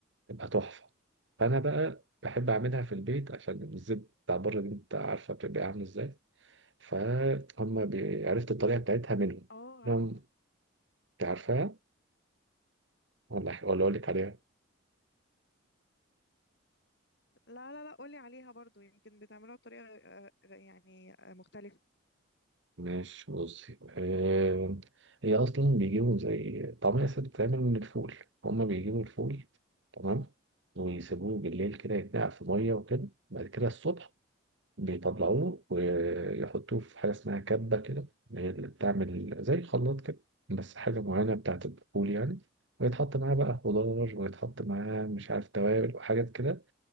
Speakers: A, on the right; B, on the left.
A: تبقى تحفة فأنا بقى بحب أعملها في البيت عشان الزيت بتاع بره دي أنت عارفة بتبقى عامل إزاي فهم بي- عرفت الطريقة بتاعتها منهم
B: اه عارفه
A: إنهم- أنت عارفاها ولا ولا أقول لك عليها
B: لا لا لا قولي عليها برضو يمكن بتعملوها بطريقه آه، غ- يعني آه، مختلفه
A: ماشي بصي آه، هي أصلا بيجيبوا زي طعمية ست بتتعمل من الفول هما بيجيبوا الفول تمام ويسيبوه بالليل كده يتنقع في مية وكده بعد كده الصبح بيطلعوه ويحطوه في حاجة اسمها كبة كده هي اللي بتعمل زي خلاط كده بس حاجة معينة بتاعت الفول يعني ويتحط معاه بقى خضار ويتحط معاه مش عارف توابل وحاجات كده